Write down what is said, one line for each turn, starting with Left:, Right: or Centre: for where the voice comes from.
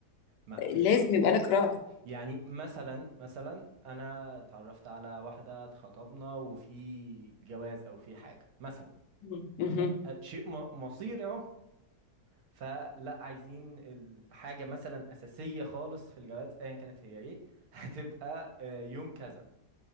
Right: مع
Left: آه، لازم يبقى لك رأي
Right: يعني مثلا مثلا انا اتعرفت على واحده اتخطبنا وفي جواز او في حاجه مثلا
Left: تختار
Right: تمام أ- شيء م- مصيري اهو فلا عايزين الحاجه مثلا اساسيه خالص في الجواز ايا كانت هي ايه <laughs> هتبقى آه، يوم كذا